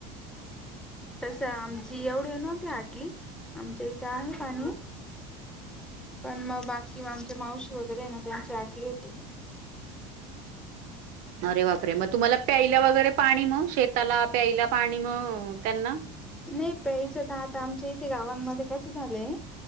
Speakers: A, in the centre; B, on the right.
A: तसं आमची एवढी नव्हती आटली आमच्या इथे आहे पाणी. पण मग बाकी आमच्या मावशी वगैरे ना त्यांची आटली होती.
B: अरे बापरे, मग तुम्हाला प्यायला वगैरे पाणी मग शेताला, प्यायला पाणी मग त्यांना?
A: नाही प्यायचं तर आता आमच्या इथे गावांमध्ये कसं झालंय